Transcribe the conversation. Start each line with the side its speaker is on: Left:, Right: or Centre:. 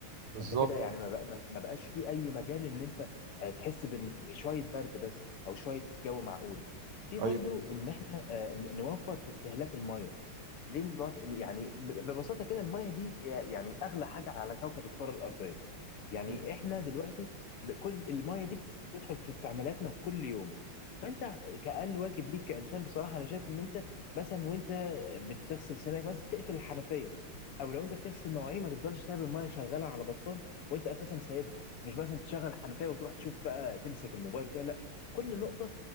Right: بالظبط
Left: فانت كده يعني ما بق- ما- ما بقاش في اي مجال ان انت آه، تحس بال- بشويه برد بس او شويه جو معقول في برضو
Right: أيوه
Left: ان احنا آه، ن- نوفر في استهلاك الميه ليه المف... يعني ب- ببساطة كده المية دي هي يعني أغلى حاجة على كوكب الكرة الأرضية يعني
Right: مم.
Left: إحنا دلوقتي ب- كل المية دي بتس- بتدخل في استعمالاتنا في كل يوم فأنت كأقل واجب ليك كإنسان بصراحة أنا شايف إن أنت مثلا وأنت بتغسل سنانك مثلا تقفل الحنفية أو لو أنت بتغسل مواعين ما تفضلش سايب المية شغالة على بطال وأنت أساسا سايبها مش مثلا تشغل الحنفية وتروح تشوف بقى تمسك الموبايل كده لا كل نقطة